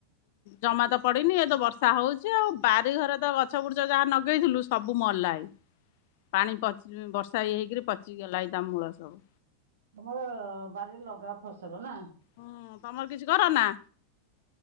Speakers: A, on the left; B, on the right.
A: ଜମା ତ ପଡିନି ଏ ତ ବର୍ଷା ହଉଚି ଆଉ ବାରିଘରେ ତ ଗଛ ବୁଡଚ ଯାହା ନଗେଇଥିଲୁ ସବୁ ମଲାଇ। ପାଣି ପଚି ବର୍ଷା ଇଏ ହେଇକିରି ପଚିଗଲା ଏ ତା ମୂଳ ସବୁ।
B: ଘର ବାରିରେ ଲଗାଅ ଫସଲ ନା?
A: ହଁ ତମର କିଛି କର ନା?